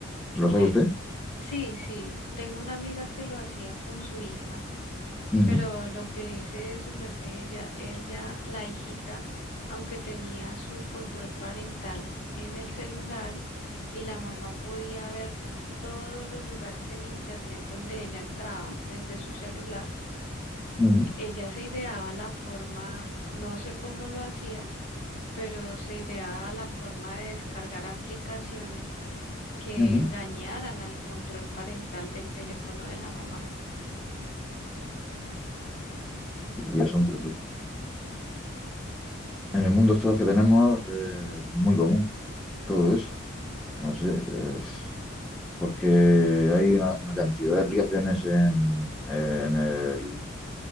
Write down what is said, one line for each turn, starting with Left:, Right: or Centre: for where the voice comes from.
Centre: ¿Lo sabe
Left: eh,
Centre: usted?
Left: sí, sí. Tengo una amiga que lo hacía con su hija.
Centre: Ujú,
Left: Pero lo que dice su merced, ella, ella, la hijita, aunque tenía su control parental en el celular y la mamá podía ver todos los lugares en internet donde ella entraba desde su celular,
Centre: ujú,
Left: e- ella se ideaba la forma, no sé cómo lo hacía, pero se ideaba la forma de descargar aplicaciones que
Centre: ujú.
Left: engañaran al control parental del teléfono de la mamá.
Centre: Y son que en el mundo actual que tenemos eh, es muy común todo eso. No sé, es porque hay una, una cantidad de aplicaciones en, en el